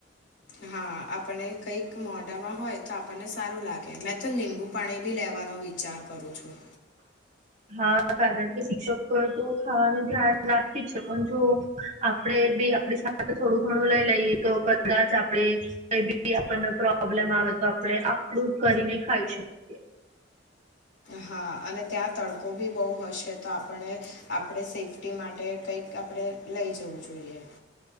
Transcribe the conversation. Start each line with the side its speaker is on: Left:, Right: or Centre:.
Left: હા આપને કઈક મોઢામાં હોય તો આપણને સારું લાગે મેં તો લીંબુ પાણી બી લેવાનો વિચાર કરું છું.
Right: હા કારણ કે શિક્ષકો તો ખાવાનું ધ્યાન રાખી જ. પણ જો આપડે બી આપણી સાથે થોડું ઘણું લઈ લઈએ તો કદાચ આપડણે કઈ બી આપણને પ્રોબ્લેમ આવે તો આપણે આપડું કરીને ખાઈ શકીએ
Left: હા અને ત્યાં તડકો બી બહુ હશે તો આપણે આપણે સેફ રટી માટે કંઈક આપણે લઈ જવું જોઈએ